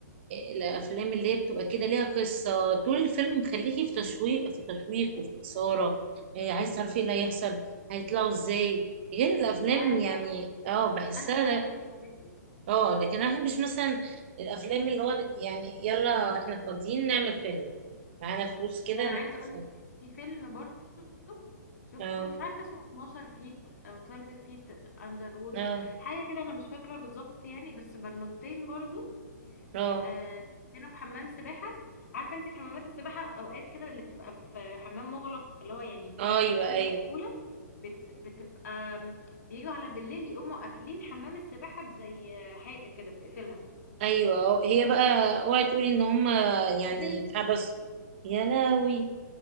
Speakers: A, on the right; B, on the left.
A: الافلام اللي هي بتبقى كده ليها قصه طول الفيلم مخليكي في تشويق في تشويق وفي اثاره إيه عايز تعرفي ايه اللي هيحصل هيطلعوا ازاي غير الافلام
B: ايوه
A: يعني اه بحسها
B: انا بقى بحب الحاجات دي
A: اه لكن انا مش مثلا الافلام اللي هو يعني يلا احنا فاضيين نعمل فيلم معانا فلوس كده
B: ده انا
A: نعمل
B: عايزه اقول
A: فيلم
B: لك في فيلم برضه شفته
A: اه
B: مش عارفه اسمه 12 فيت او 12 فيت اندر ووتر
A: اه
B: حاجه كده انا مش فاكره بالظبط يعني بس بنوتين برضه
A: اه
B: آه كانوا في حمام سباحه عارفه انت في حمامات السباحه اوقات كده اللي بتبقى في حمام مغلق اللي هو يعني
A: آه، ايوه
B: في اوضه
A: ايوه
B: مقفوله بت بتبقى آم، بيجوا على بالليل يقوموا قافلين حمام السباحه بزي آه، حاجه كده بتقفلها
A: ايوه هي بقى اوعي تقولي ان هما يعني
B: كنت
A: اتحبس يا لهوي